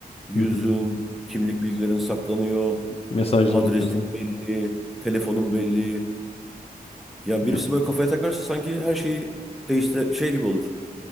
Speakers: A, in the centre; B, on the left.
A: Yüzün,
B: Hı hı.
A: kimlik bilgilerin saklanıyor.
B: Mesajlarım
A: Adresin
B: keza.
A: belli, telefonun belli. Ya birisi
B: Yani,
A: böyle kafaya takarsa sanki her şeyi değiştire şey gibi olur.